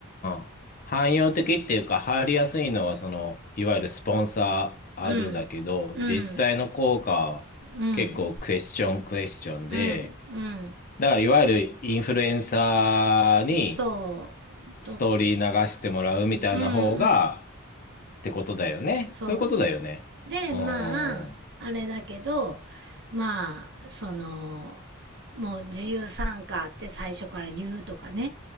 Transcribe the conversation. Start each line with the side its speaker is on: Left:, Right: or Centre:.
Left: ん。汎用的っていうか、入りやすいのは、その、いわゆるスポンサーアドだけど、
Right: うんうん
Left: 実際の効果は結構クエスチョンクエスチョンで、
Right: うんうん、うん、
Left: だからいわゆるインフルエンサーに
Right: そ
Left: ストーリー流してもらうみたいな方が、
Right: う、と、うん、うん、うん、
Left: ってことだよね。
Right: そう。
Left: そういうことだよね。
Right: で、
Left: うーん。
Right: まあ、あれだけど、まあ、その、もう自由参加って最初から言うとかね、